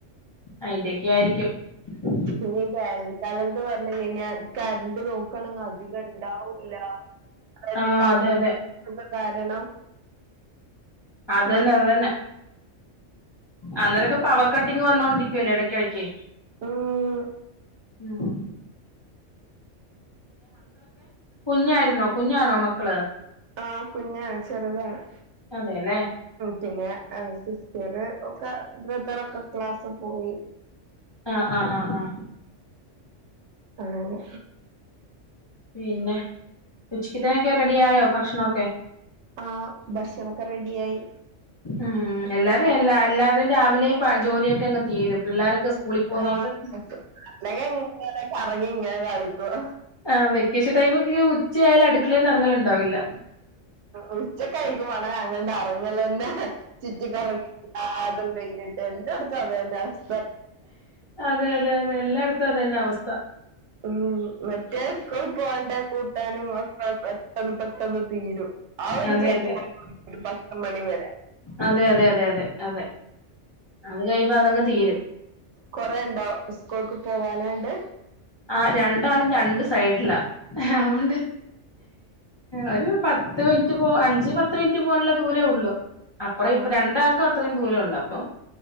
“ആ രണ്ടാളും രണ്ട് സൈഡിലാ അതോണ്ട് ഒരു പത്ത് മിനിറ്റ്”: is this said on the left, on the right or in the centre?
Left